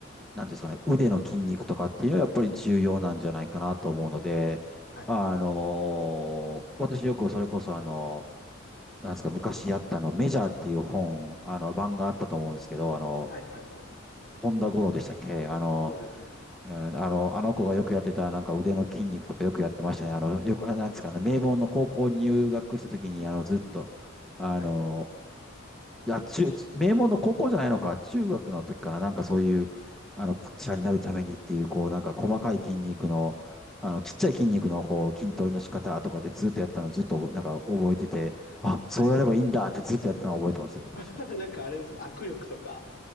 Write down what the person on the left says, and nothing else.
はい。
はいはいはい。
そうですね。
はい。
はい。
<laughs> なんかあれですね、握力とか、